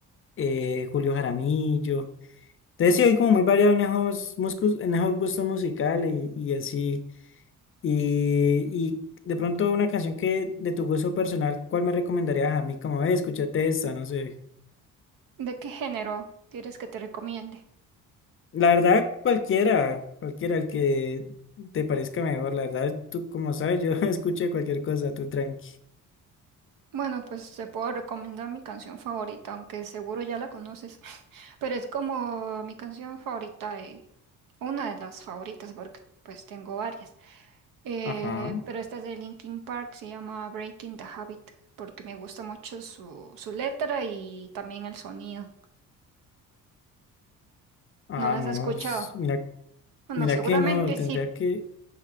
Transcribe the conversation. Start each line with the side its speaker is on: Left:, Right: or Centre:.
Left: eh, Julio Jaramillo. Entonces sí, hay como muy variado en esos, muscus- en esos gustos musicales y, y así. Y, y de pronto una canción que de tu gusto personal, ¿cuál me recomendarías a mí? Como, eh, escúchate esta, no sé.
Right: ¿De qué género quieres que te recomiende?
Left: La verdad, cualquiera, cualquiera, el que te parezca mejor. La verdad, tú, como sabes, yo <laughs> escucho cualquier cosa, tú tranqui.
Right: Bueno, pues te puedo recomendar mi canción favorita, aunque seguro ya la conoces, <laughs> pero es como mi canción favorita, eh, una de las favoritas, porque pues tengo varias. Eh,
Left: Ajá.
Right: pero esta es de Linkin Park, se llama Breaking the Habit, porque me gusta mucho su, su letra y también el sonido.
Left: Ah,
Right: ¿No las
Left: no,
Right: has escuchado?
Left: es- mira,
Right: Bueno,
Left: mira
Right: seguramente
Left: que no, tendría
Right: sí,
Left: que.